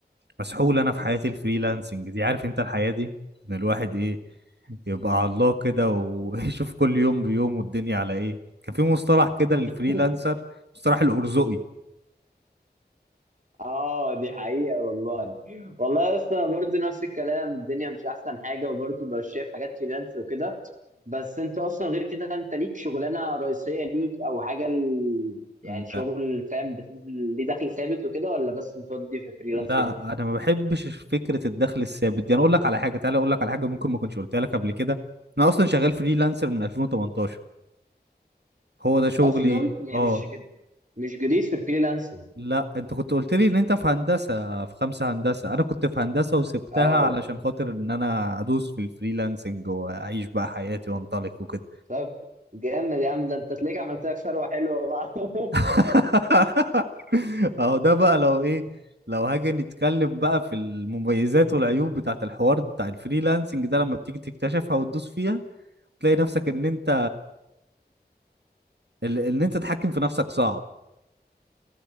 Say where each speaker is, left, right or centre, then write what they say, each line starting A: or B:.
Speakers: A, on the right; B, on the right.
A: مسحول انا في حياتي الفريلانسنج دي عارف انت الحياة دي ان الواحد ايه يبقى على الله كده ويشوف <laughs> كل يوم بيوم الدنيا على ايه كان في مصطلح كده للفريلانسر
B: <laughs>
A: مصطلح الارزقي
B: اه دي حقيقة والله والله يا اسطى أنا برضه نفس الكلام الدنيا مش احسن حاجة وبرضه بقى شايف حاجات فريلانس وكده بس انت اصلا غير كده انت ليك شغلانة رئيسية ليك او حاجة ال... يعني
A: امم
B: شغل فاهم بتنزل ليه دخل ثابت وكده ولا بس متودي في فريلانسنج
A: لا انا ما بحبش فكره الدخل الثابت دي انا اقول لك على حاجه تعالى اقول لك على حاجه ممكن ما كنتش قلتها لك قبل كده انا اصلا شغال فريلانسر من 2018 هو ده شغلي
B: اصلا يعني
A: اه
B: مش جد... مش جديد في الفريلانسنج
A: لا انت كنت قلت لي ان انت في هندسه في خمسه هندسه انا كنت في هندسه وسبتها
B: اه
A: علشان خاطر ان انا ادوس في الفريلانسنج واعيش بقى حياتي وانطلق وكده
B: طب جامد يا عم ده انت تلاقيك عملت لك ثروة حلوة بقى <laughs>
A: <laughs> اهو ده بقى لو ايه لو هاجي نتكلم بقى في المميزات والعيوب بتاعت الحوار بتاع الفريلانسنج ده لما بتيجي تكتشفها وتدوس فيها تلاقي نفسك ان انت ال- ان انت تتحكم في نفسك صعب